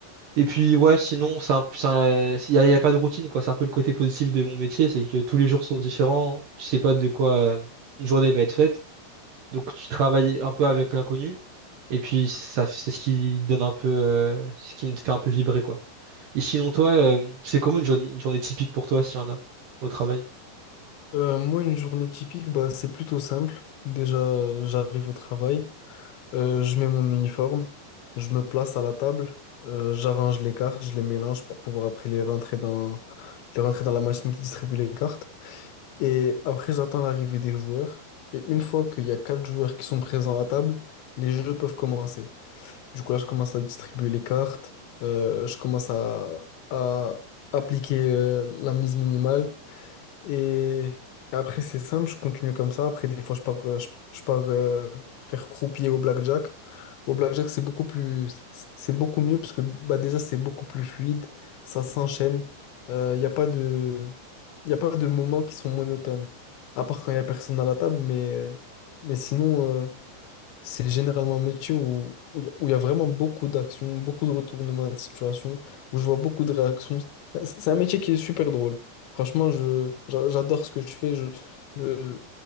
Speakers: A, on the right; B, on the left.
A: Et puis ouais, sinon, c'est un- c'est un- il n'y a, il y a pas de routine, quoi. C'est un peu le côté positif de mon métier, c'est que tous les jours sont différents. Tu sais pas de quoi euh, une journée va être faite. Donc tu travailles un peu avec l'inconnu. Et puis ça, c'est ce qui donne un peu, euh, ce qui me fait un peu vibrer, quoi. Et sinon, toi, euh, c'est comment une journée, une journée typique pour toi, s'il y en a, au travail?
B: Euh, moi, une journée typique, bah, c'est plutôt simple. Déjà, j'arrive au travail. Euh, je mets mon uniforme, je me place à la table, euh, j'arrange les cartes, je les mélange pour pouvoir après les rentrer dans, les rentrer dans la machine qui distribue les cartes. Et après, j'attends l'arrivée des joueurs. Et une fois qu'il y a quatre joueurs qui sont présents à table, les jeux peuvent commencer. Du coup, là, je commence à distribuer les cartes, euh, je commence à, à appliquer, euh, la mise minimale. Et après, c'est simple, je continue comme ça. Après, des fois, je pars, euh, je, je pars euh, faire croupier au blackjack. Au blackjack, c'est beaucoup plus, c'est c'est beaucoup mieux parce que bah, déjà, c'est beaucoup plus fluide, ça s'enchaîne. Il n'y a pas de, y a pas de moments qui sont monotones, à part quand il n'y a personne à la table. Mais, euh, mais sinon, euh, c'est généralement un métier où où il y, a où il y a vraiment beaucoup d'actions, beaucoup de retournements de situation, où je vois beaucoup de réactions. C'est c'est un métier qui est super drôle. Franchement, je, j'a- j'adore ce que je fais, je, je-